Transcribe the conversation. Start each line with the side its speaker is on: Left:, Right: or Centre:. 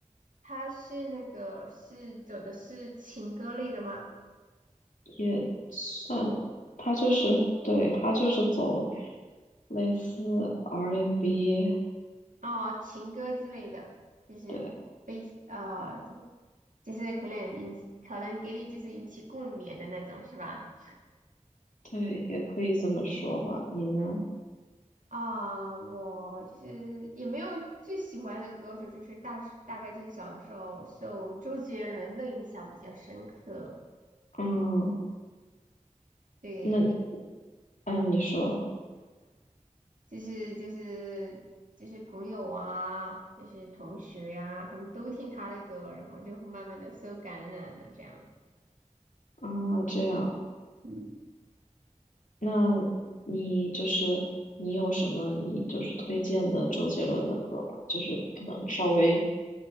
Right: 他是那个是走的是情歌类的吗？
Left: 也算，他就是对他就是走类似 R&B，n
Right: 哦，情歌之类的，就是悲啊，
Left: 对
Right: 就就是可能引起，可能给你就是引起共鸣的那种，是吧？
Left: 对，也可以这么说吧。你呢？
Right: 啊、我就是也没有最喜欢的歌手，就是大大概就是小的时候受周杰伦的影响比较深刻。
Left: 嗯，
Right: 对，
Left: 那嗯，你说
Right: 就是就是就是朋友啊，就是同学呀、他们都听他的歌，然后就慢慢的受感染了这样。
Left: 啊，这样，
Right: 嗯，
Left: 那你就是你有什么你就是推荐的周杰伦的歌吗？就是可能稍微